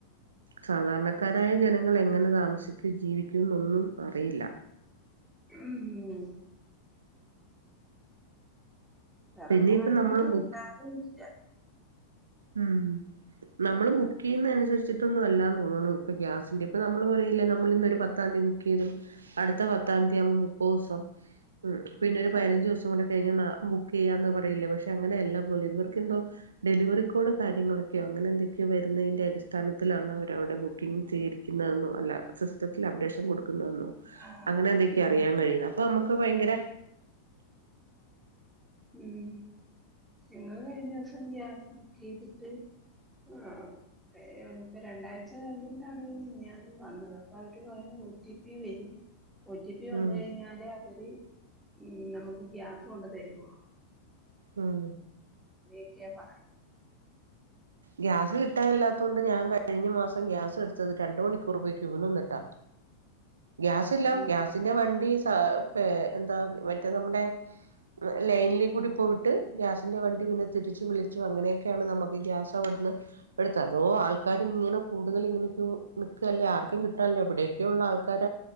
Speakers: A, on the right (about 70°); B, in the centre.
A: സാധാരണക്കാരായ
B: അതെ
A: ജനങ്ങള് എങ്ങനെ താമസിക്കും ജീവിക്കും എന്നൊന്നും അറിയില്ല
B: ഉം വെറകാണെങ്കി
A: പിന്നെ ഇപ്പ നമ്മള്
B: ഇപ്പൊ
A: ബുക്ക്
B: കിട്ടാനു ഇല്ല
A: ഉം നമ്മള് ബുക്കെയ്യുന്നെ അനുസരിച്ചിട്ടൊന്നും അല്ലാന്ന് തോന്നുണു ഇപ്പൊ ഗ്യാസിന്റെ ഇപ്പ നമ്മള് പറയില്ലേ നമ്മളിന്നൊരു പത്താം തീയതി ബുക്ക്‌ ചെയ്തു അടുത്ത പത്താം തീയതി യ്യാവുമ്പോ മുപ്പത് ദിവസാവും ഉം പിന്നൊരു പതിനഞ്ച്
B: അതെ
A: ദിവസം കൂടി കഴിഞ്ഞ ബുക്ക് ചെയ്യാന്ന് പറയില്ലേ പക്ഷെ അങ്ങനെയല്ല പോലും ഇവർക്കെന്തോ ഡെലിവറി കോഡ് കാര്യങ്ങളൊക്കെയോ അങ്ങനെ എന്തൊക്കെയോ വരുന്നതിൻ്റെ അടിസ്ഥാനത്തിലാണ് അവരവിടെ ബുക്കിങ് സ്വീകരിക്കുന്നതെന്നോ അല്ലാ സിസ്റ്റത്തില് അപ്ഡേഷൻ കൊടുക്കുന്ന എന്നോ
B: ആഹ്
A: അങ്ങനെ എന്തൊക്കെയാ
B: ഞങ്ങള്
A: അറിയാൻ കഴിയുന്നത് അപ്പൊ നമുക്ക് ഭയങ്കര
B: ഉം ഞങ്ങള് കഴിഞ്ഞ ദിവസം ഗ്യാസ് ബുക്ക് ചെയ്തിട്ട് ആഹ് ഇപ്പം രണ്ടാഴ്ച കഴിഞ്ഞിട്ടാണ് മിഞാന്ന് വന്നത് അപ്പൊ അവര് പറയുന്നത് ഒ. ടി. പി വരും ഒ. ടി. പി വന്ന്
A: ഉം
B: കഴിഞ്ഞാലെ അവര് നമുക്ക് ഗ്യാസ് കൊണ്ട് തരുവൊള്ളോന്ന്
A: ഉം
B: അങ്ങനെയെക്കെയാ പറയുന്നത്
A: ഗ്യാസ് കിട്ടാനില്ലാത്തോണ്ട് ഞാൻ കഴിഞ്ഞ മാസം ഗ്യാസ് എടുത്തത് രണ്ട് മണിക്കൂർ പോയി ക്യൂ നിന്നിട്ടാ ഗ്യാസില്ല
B: ഉം
A: ഗ്യാസിന്റെ വണ്ടി സ പേ എന്താ മറ്റേ നമ്മുടെ ലൈനിലി കൂടി പോയിട്ട് ഗ്യാസിൻ്റെ വണ്ടി പിന്നെ തിരിച്ച് വിളിച്ചു അങ്ങനെയൊക്കെയാണ് നമുക്ക് ഈ ഗ്യാസ് അവിട്ന്ന് <unintelligible> ഏതോ ആൾക്കാര് ഇങ്ങനെ കൂടുതൽ എങ്ങനെക്കോ നിക്കല്ലേ. ആർക്കും കിട്ടാല്ല എവിടെയക്കോ ഇള്ള ആൾക്കാര